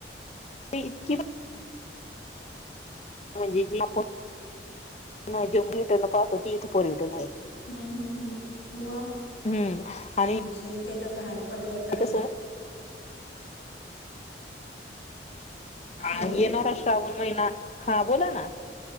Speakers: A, on the left (about 35°); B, on the left (about 80°).
A: इतकी म्हणजे जे आपण जेट पाहतो ती इथ पोरविटून
B: हम्म हम्म हम्म वा
A: हम्म आणि
B: आमच्या इथे तर बाहेर पडल्या तरच
A: कसं हा
B: हॅलो
A: येणारा श्रावण महिना हा बोला ना